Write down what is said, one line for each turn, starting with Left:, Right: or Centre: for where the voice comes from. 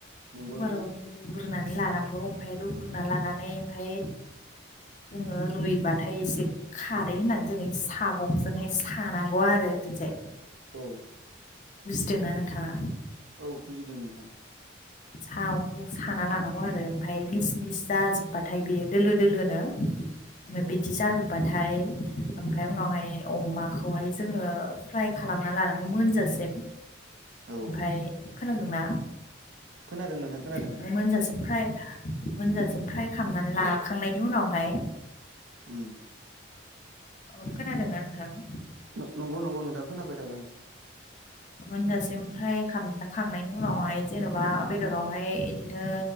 Right: नंगौ
Left: कुकाराव
Right: नंगौ
Left: रुग्रोनानै लानांगौ ओमफ्राय रुग्रोना लानानै ओमफाय जोङो रुइबाथाय एसे खारै होननानै जोङो सागंजोंहाय सानांगौ आरो ओरैजाय
Right: औ
Left: बुजिदोंना नोंथाङा?
Right: औ बुजिदों नोंथां।
Left: सागंजों साना लानांगौ आरो ओमफ्राय मिस मिस जाजोब्बाथाय बियो दोलो दोलोनो
Right: औ
Left: ओमफाय
Right: औ
Left: बिदि जाजोब बाथाय ओमफ्राय उनावहाय अमाखौहाय जोङो फ्राय खालामना लानांगौ मोनजासिम
Right: औ
Left: ओमफाय खोनादोंना
Right: खोनादों नोंथां खोनादों
Left: ओमफ्राय मोनजासिम फ्राय मोनजासिम फ्राय खालामनानै लाखांनायनि उनावहाय
Right: उ
Left: अ खोनादोंना नोंथां?
Right: नं-नंगौ नंगौ नोंथां खोनायबाय थादों।
Left: मोनजासिम फ्राइ खाम खांनायनि उनावहाय जेन'बा बेदरावहाय इदिनो